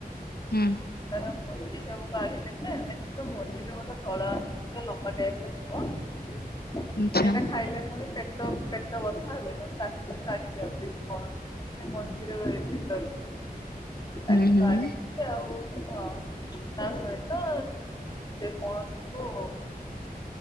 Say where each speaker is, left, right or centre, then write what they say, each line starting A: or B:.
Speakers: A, on the left; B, on the left.
A: ହୁଁ
B: ତାର ମଞ୍ଜି ସବୁ କାଢି ଦେବେ ଦେଖବ ମନ୍ଦିରରେ ମୋଟେ ଧଳା ଆସୁ ଗୋଟେ ଲମ୍ବା ଟାଇପିର ଥିବ
A: ଆଚ୍ଛା
B: ସେଇଟା ଖାଇଲେ ଫୁଣି ପେଟ ପେଟ ବଥା ହୁଏ ତ ତାକୁ କାଢିଦିଅନ୍ତି <unintelligible> ମଝିରେ ଭିତରୁ। ତାକୁ
A: ହୁଁ ହୁଁ
B: କାଢ଼ି ଆଉ ହଁ ତା ସହିତ କୌଣସି କ